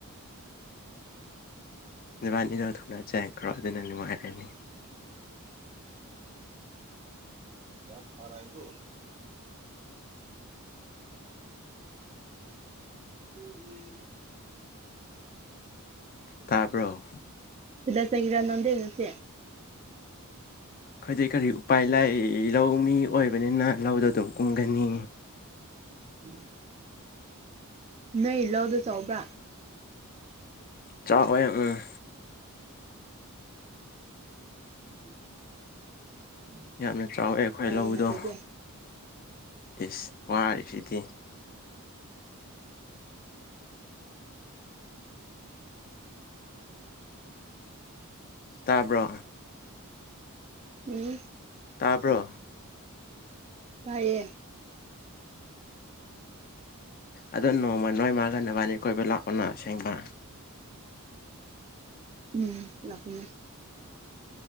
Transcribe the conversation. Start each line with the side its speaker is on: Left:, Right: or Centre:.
Left: ꯅꯣꯏꯕꯥꯅꯤꯗꯣ ꯊꯨꯅ ꯆꯦꯟꯈ꯭ꯔꯣ ꯑꯗꯨꯅ ꯅꯨꯡꯉꯥꯏꯔꯅꯤ
Right: <unintelligible> <unintelligible>
Left: ꯇꯥꯕ꯭ꯔꯣ
Right: ꯁꯤꯗ ꯆꯒꯤꯔ ꯅꯣꯟꯗꯦꯅꯁꯤ
Left: ꯑꯩꯈꯣꯏꯗꯤ ꯀꯔꯤ ꯎꯄꯥꯏ ꯂꯩ ꯂꯧꯃꯤ ꯑꯣꯏꯕꯅꯤꯅ ꯂꯧꯗ ꯑꯗꯨꯝ ꯀꯨꯝꯒꯅꯤ
Right: <unintelligible> ꯅꯣꯏ ꯂꯧꯗꯣ ꯆꯥꯎꯕ꯭ꯔꯥ
Left: ꯆꯥꯎꯋꯦ ꯎꯝ
Right: ꯎꯝ
Left: ꯌꯥꯝꯅ ꯆꯥꯎꯋꯦ ꯑꯩꯈꯣꯏ
Right: ꯐꯩꯌꯦꯅ
Left: ꯂꯧꯗꯣ
Right: ꯑꯗꯨꯗꯤ
Left: ꯏꯁ ꯋꯥꯔꯤꯕꯁꯤꯗꯤ ꯇꯥꯕ꯭ꯔꯣ
Right: ꯎꯝ
Left: ꯇꯥꯕ꯭ꯔꯣ
Right: ꯇꯥꯏꯌꯦ
Left: ꯑꯗꯣ ꯅꯣꯡꯃ ꯅꯣꯏ ꯃꯥꯒ ꯅꯕꯟꯅꯤ ꯀꯣꯏꯕ ꯂꯥꯛꯑꯣꯅ ꯑꯁꯦꯡꯕ
Right: ꯎꯝ ꯂꯥꯛꯇꯣꯏꯅꯦ